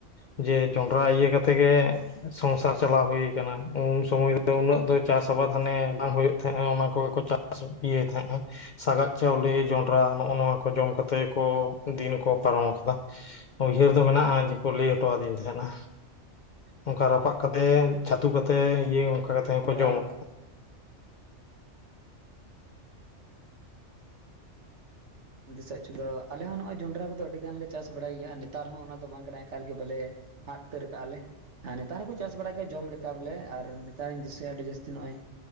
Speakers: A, on the left (about 55°); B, on the right (about 70°).
A: ᱡᱮ ᱡᱚᱱᱰᱨᱟᱹ ᱤᱭᱟᱹ ᱠᱟᱛᱮᱜ ᱜᱮ ᱥᱚᱝᱥᱟᱨ ᱪᱟᱞᱟᱣ ᱦᱩᱭᱠᱟᱱᱟ᱾ ᱩᱱ ᱥᱩᱢᱟᱹᱭ ᱫᱚ ᱩᱱᱟᱹᱜ ᱫᱚ ᱪᱟᱥ ᱟᱵᱟᱫ ᱦᱟᱱᱮ ᱵᱟᱝ ᱦᱩᱭᱩᱜ ᱛᱟᱦᱮᱸᱜᱼᱟ᱾ ᱚᱱᱟ ᱠᱚ ᱪᱟᱥ ᱤᱭᱟᱹ ᱛᱟᱦᱮᱸ ᱥᱟᱜᱟᱫ ᱪᱟᱣᱞᱮ ᱡᱚᱱᱰᱨᱟ ᱱᱚᱜᱼᱚᱭ ᱱᱚᱣᱟ ᱠᱚ ᱡᱚᱢ ᱠᱟᱛᱮᱜ ᱠᱚ ᱫᱤᱱ ᱠᱚ ᱯᱟᱨᱚᱢ ᱟᱠᱟᱫᱟ ᱾ ᱩᱭᱦᱟᱹᱨ ᱫᱚ ᱢᱮᱱᱟᱜᱼᱟ᱾ ᱠᱚ ᱞᱟᱹᱭ ᱦᱚᱴᱚᱣᱟᱫᱤᱧ ᱛᱟᱦᱮᱱᱟ᱾ ᱚᱱᱠᱟ ᱨᱟᱯᱟᱜ ᱠᱟᱛᱮ ᱪᱷᱟᱹᱛᱩ ᱠᱟᱛᱮ ᱤᱭᱟᱹ ᱚᱱᱠᱟ ᱠᱟᱛᱷᱟ ᱦᱚᱸ
B: ᱡᱚᱱᱰᱨᱟ
A: ᱠᱚ ᱡᱚᱢ ᱟᱠᱟᱜᱼᱟ᱾
B: ᱫᱤᱥᱟᱹ ᱦᱚᱪᱚ ᱫᱚ ᱟᱞᱮ ᱦᱚᱸ ᱱᱚᱜᱼᱚᱭ ᱡᱚᱸᱰᱨᱟ ᱠᱚᱫᱚ ᱟᱹᱰᱤ ᱜᱟᱱ ᱞᱮ ᱪᱟᱥ ᱵᱟᱲᱟᱭ ᱜᱮᱭᱟ ᱟᱨ ᱱᱮᱛᱟᱨ ᱦᱚᱸ ᱚᱱᱟ ᱫᱚ ᱵᱟᱝ ᱠᱟᱱᱟ᱾ ᱮᱠᱟᱞ ᱜᱮ ᱵᱟᱞᱮ ᱟᱫ ᱩᱛᱟᱹᱨ ᱠᱟᱜᱼᱟᱞᱮ ᱦᱮᱸ ᱱᱮᱛᱟᱨ ᱦᱚᱸᱠᱚ ᱪᱟᱥ ᱵᱟᱲᱟᱭ ᱜᱮᱭᱟ, ᱡᱚᱢ ᱞᱮᱠᱟ ᱵᱚᱞᱮ ᱟᱨ ᱱᱮᱛᱟᱨᱤᱧ ᱫᱤᱥᱟᱹᱭᱟ ᱟᱹᱰᱤ ᱡᱟᱹᱥᱛᱤ ᱱᱚᱜᱼᱚᱭ